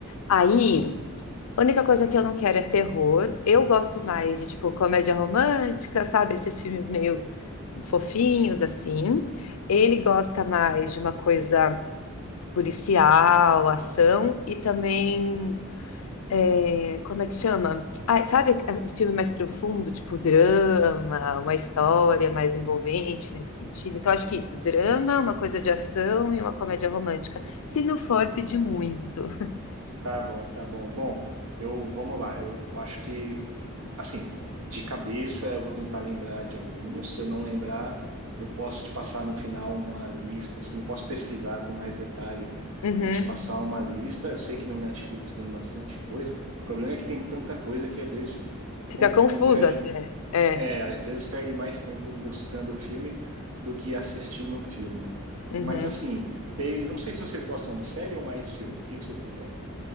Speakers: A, on the left (about 75°); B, on the right (about 80°).
A: Aí. A única coisa que eu não quero é terror. Eu gosto mais de, tipo, comédia romântica, sabe? Esses filmes meio fofinhos, assim. Ele gosta mais de uma coisa policial, ação e também. é, como é que chama? Ah, sabe o filme mais profundo, tipo drama, uma história mais envolvente nesse sentido? Então, acho que isso, drama, uma coisa de ação e uma comédia romântica. Se não for, pedir muito.
B: Tá bom, tá bom. Bom, eu vamos lá. Eu, eu acho que assim, de cabeça eu vou tentar lembrar de alguns. Se eu não lembrar, eu posso te passar no final uma lista, assim, posso pesquisar com mais detalhe
A: Uhum.
B: e te passar uma lista. Eu sei que no Netflix tem bastante coisa. O problema é que tem tanta coisa que às vezes
A: Fica
B: confunde
A: confuso
B: a,
A: até. É.
B: é, às vezes perde mais tempo buscando o filme do que assistindo o filme.
A: Uhum.
B: Mas assim, tem, eu não sei se vocês gostam de série ou mais filme. O que que vocês preferem?